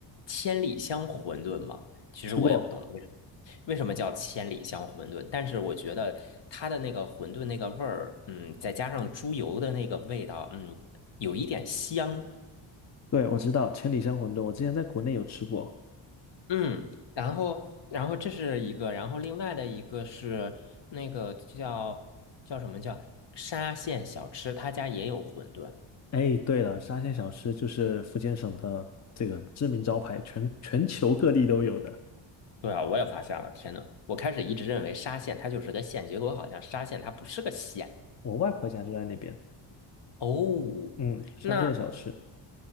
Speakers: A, on the left; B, on the left.
A: 千里香馄饨吗？其实我也不懂为什么
B: 吃过，
A: 为什么叫千里香馄饨，但是我觉得它的那个馄饨那个味儿，嗯，再加上猪油的那个味道，嗯，有一点香。
B: 对，我知道千里香馄饨，我之前在国内有吃过。
A: 嗯，然后，然后这是一个，然后另外的一个是那个叫叫什么叫沙县小吃，他家也有馄饨。
B: 哎，对了，沙县小吃就是福建省的这个知名招牌，全全球各地都有的。
A: 对啊，我也发现了，天呐，我开始一直认为沙县它就是个县，结果好像沙县它不是个县。
B: 我外婆家就在那边。
A: 哦，
B: 嗯，沙县小吃，
A: 那